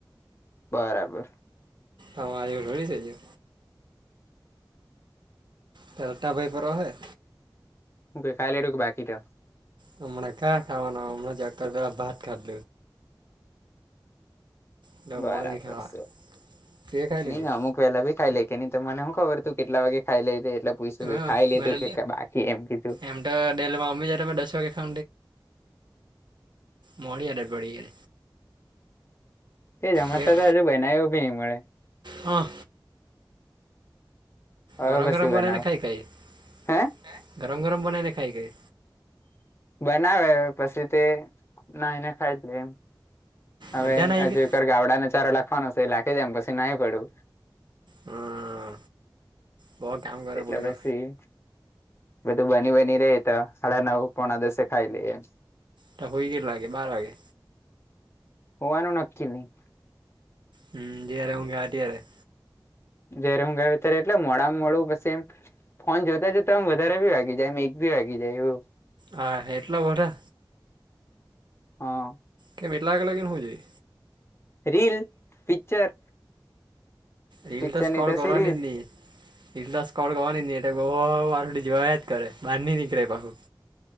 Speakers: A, on the left; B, on the right.
A: બરાબર
B: હા આજોળી જઇજો તરટા ભાઈ પ હોય.
A: હુ કેઈ ખાઈ લ એડું બાકીટ
B: હમણાં ક્યાં ખાવાનું હમણાં જ પેલા ભત ખાલ એટલે
A: બરાબર
B: મોડેથી ખાવા
A: છે
B: તે ખાઈ
A: નઈ
B: લીધું
A: ના અમુક વેલા ભી ખાઈ લેખ નહી મને હુ ખબર તુ કેટલા વાગે. ખાઈ લીધું એટલે પૂછું કે
B: હા
A: ખાઈ લીધું
B: મારે
A: કે બાકી એમ કીધુ
B: એમ તો ડેલેમાં મ જે્યારે દસ વાગે ખઉ મોળી આદત પડી ગ
A: તે જમાતા
B: ગઈ
A: તો હજુ બનાવ્યો બી નહી મળે
B: હા
A: હવે
B: ગરમ
A: પછી
B: ગરમ
A: બનાવે
B: બનાને ખાઈ કઈ
A: હે
B: ગરમ ગરમ બનાને ખાય કઈ
A: બનાવે પછી તે નાઈને ખાઈ જ લે એમ હવે
B: બધા નાઈ
A: હજર
B: ગઈ
A: ગાવડાને ચારો લખવાનો છે, એ લખી જ એમ પછી નાહી પડુ
B: હા બ કામ કરે
A: એટલે
B: પઈરો
A: પછી બધું બની બની રે તો હળ નવું પોણા દસે ખાઈ લે એમ
B: ટ હોય ગ લાગે બાર વાગે
A: હોવાનુ, નક્કી નહી.
B: હમ જ્યારે હુગે આતીય્યારે
A: જ્યારે હું ગાવ ત્યારે એટલે મોડામાં મળું પછી એમ ફોન જોતા જોતામ વધારે ભી વાગી જાય એક ભી વાગી જાયવ.
B: હા એટલા વડા
A: હા
B: કેમ એટલા લગીન હું જોઈ?
A: Reel, picture.
B: રિલ
A: પિક્ચર
B: તો સ્ક્રોલ
A: ની
B: કરવાની
A: સિરીઝ
B: જ ની. રિલ તો સ્ક્રોલ કરવાની જ નહીં, એટલે બહુ વારડી જોવાયા જ કરે, બાર નહીં નીકળે પાહું.